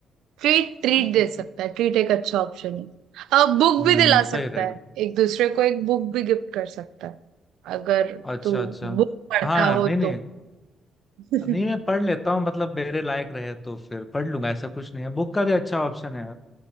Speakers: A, on the right; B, on the left.
A: ट्रीट ट्रीट
B: <laughs>
A: दे सकता है ट्रीट एक अच्छा ऑप्शन है आ, बुक
B: हम्म
A: भी दिला
B: सही
A: सकता
B: रहेगा
A: है एक दूसरे को एक बुक भी गिफ्ट कर सकता है अगर
B: अच्छा
A: तू
B: अच्छा
A: बुक पढ़ता
B: हाँ
A: हो
B: नहीं नहीं
A: तो <laughs>
B: नहीं मैं पढ़ लेता हूँ मतलब मेरे लायक रहे तो फिर पढ़ लूंगा ऐसा कुछ नहीं है बुक का भी अच्छा ऑप्शन है यार